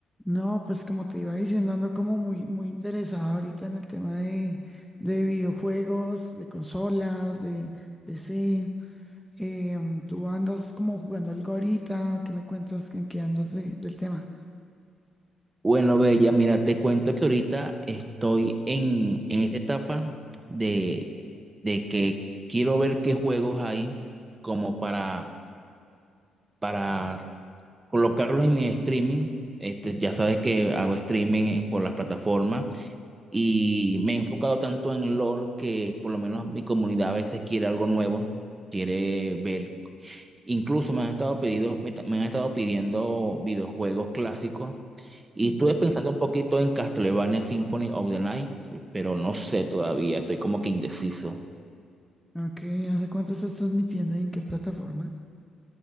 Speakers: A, in the centre; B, on the right.
A: No, pues como te iba diciendo, ando como muy, muy interesado ahorita en el tema de, de videojuegos, de consolas, de PC. Em, tú andas como jugando algo ahorita, ¿qué me cuentas en qué andas de- del tema?
B: Bueno, Bella, mira, te cuento que ahorita estoy en, en esta etapa de, de que quiero ver qué juegos hay como para, para colocarlos en mi streaming. Este, ya sabes que hago streaming en- por las plataformas y me he enfocado tanto en lore que por lo menos mi comunidad a veces quiere algo nuevo, quiere ver Incluso me han estado pedido, me, ta- me han estado pidiendo videojuegos clásicos y
A: Ujú.
B: estuve pensando un poquito en Castlevania Symphony of the Night, pero no sé todavía, estoy como que indeciso.
A: Ok, ¿hace cuánto estás transmitiendo y en qué plataforma?